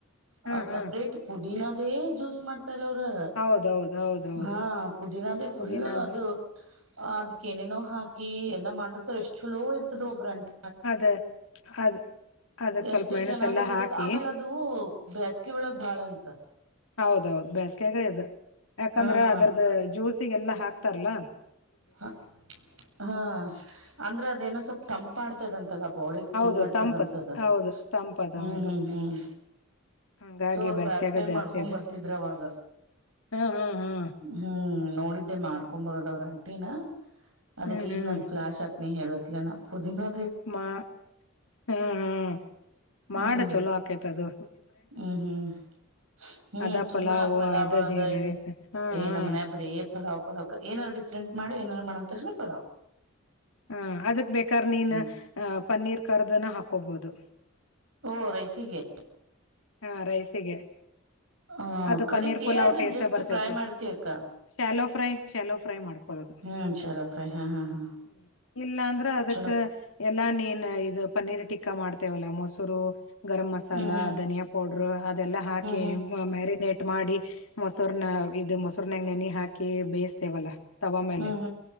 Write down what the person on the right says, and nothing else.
ಆ
ಸಪ್ರೇಟ್ ಪುದೀನದೇ ಜ್ಯೂಸ್ ಮಾಡ್ ತರ ಅವ್ರು
ಹಾ ಪುದೀನದೇ ಫುಲ್
ಅದು
ಅದಕ್ಕೆನೆನೋ ಹಾಕ <unintelligible> ಎಲ್ಲ ಮಾಡ <unintelligible> ಎಷ್ಟು ಚಲೋ ಇರ್ತದ ಒಬ್ರ <unintelligible>
ಎಷ್ಟು
ಚೆನ್ನಾಗಿರ್ತೈತ
ಆಮೇಲೆ ಅದು ಬೇಸ್ಗೆ ಒಳಗ್ ಬಾಳ ಅಂತ
ಹ ಹಾ
ಹ ಹಾ ಅಂದ್ರೆ ಅದೇನೋ ಸ್ವಪ್ ತಂಪ್. <unintelligible> <unintelligible> ಬಾಡಿ ಕೂಲ್
ಮಾಡ್ತದಂತದು
ಹ್ಮ್
ಹ್ಮ್ ಹ್ಮ್
ಸೊ ಅವ್ರ
ಬ್ಯಾಸ್ಗೆಗ
ಮಾಡ್ಕೊಂಡ್
ಬರ್ತಿದ್ರ ಅವಾಗ
ಹ್ಮ್ ನೋಡಿದ್ದೆ ಮಾಡ್ <unintelligible> ಟೀನ. ಅದಕೀಗ್
ನಂಗ್ ಫ್ಲಾಷ್ ಆತ್ ನೀ ಹೇಳೋದ್. <unintelligible> ಪುದೀನಾ.
ಹ್ಮ್
ಹ್ಮ್ ಹ್ಮ್ ಹ್ಮ್
ಸುಮ್ನ
ಪಲಾವ್ ಅದ
ಇದು
ಏ
ನಮ್ಮನೆಗ ಬರೇ ಪಲಾವ್ ಪಲಾವ್ ಏನಾರು ಡಿಫ್ರೆಂಟ್. ಮಾಡು ಏನಾರ ಮಾಡನ್ತಕ್ಷಣ ಪಲಾವ್.
ಹ್ಮ್
ಓ ರೈಸಿಗೆ.
ಹ
ಕರಿತೀಯ
ಅದನ್ನ
ಜಸ್ಟ್
ಫ್ರೈ ಮಾಡ್ತೀಯ ಅಕ್ಕ
ಹ್ಮ್ ಶಾಲೋ ಫ್ರೈ ಹಾ ಹಾ ಹಾ
ಚಲೋ
ಹ್ಮ್ ಹ್ಮ್
ಹ್ಮ್
ಹ್ಮ್ ಹ್ಮ್